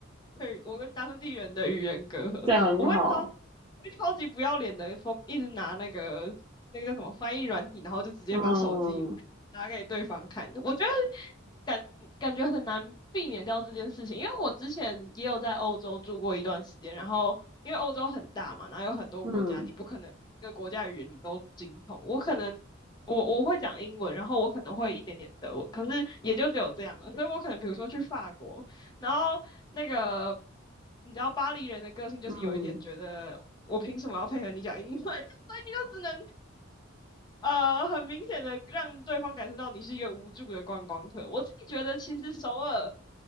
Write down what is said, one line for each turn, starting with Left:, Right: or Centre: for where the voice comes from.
Left: 对我跟当地人的语言隔阂，
Right: 这样很好。
Left: 我会超我会超级不要脸的，一直拿那个那个叫什么翻译软体，然后就直接把手机拿给对方看。
Right: 嗯
Left: 我觉得感感觉很难避免掉这件事情，因为我之前也有在欧洲住过一段时间，然后因为欧洲很大嘛，然后有很多国家，
Right: 嗯
Left: 你不可能每一个国家语言你都精通。我可能我我会讲英文，然后我可能会一点点德文，可是也就只有这样了。所以我可能比如说去法国，然后那个你知道巴黎人的个性就是有一点觉得我凭什么要配合你讲英文，
Right: 嗯
Left: <laughs> 所以你就只能呃，很明显的让对方感受到你是一个无助的观光客。我自己觉得，其实首尔，